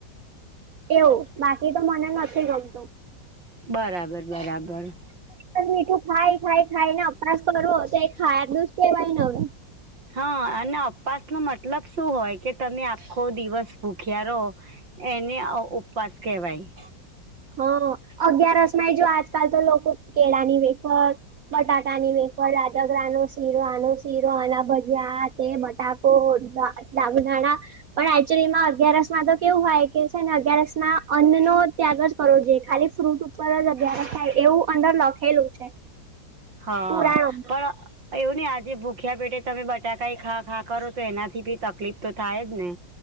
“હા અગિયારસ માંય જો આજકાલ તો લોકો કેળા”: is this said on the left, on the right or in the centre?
Right